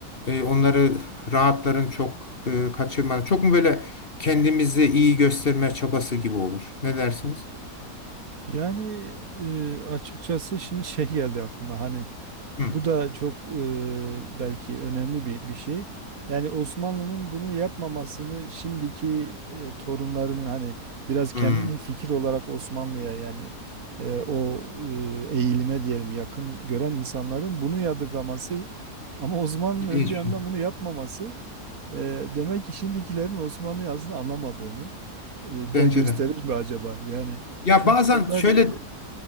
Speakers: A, on the left; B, on the right.
A: e, onları rahatların çok e, kaçırmadan. Çok mu böyle kendimizi iyi gösterme çabası gibi olur? Ne dersiniz?
B: Yani e, açıkçası şimdi şey geldi aklıma. Hani
A: Hı.
B: Bu da çok e, belki önemli bir, bir şey. Yani Osmanlı'nın bunu yapmamasını şimdiki e, torunlarının hani biraz kendini
A: Hı.
B: fikir olarak Osmanlı'ya yani e, o e, eğilime diyelim yakın gören insanların bunu yadırgaması ama Osmanlı'nın
A: İlginç
B: öbür
A: bir
B: yandan
A: şey.
B: bunu yapmaması e, demek ki şimdikilerin Osmanlı'yı aslında anlamadığını e,
A: Bence
B: da gösterir
A: de.
B: mi acaba? Yani
A: Ya
B: çünkü
A: bazen
B: onlar
A: şöyle
B: e,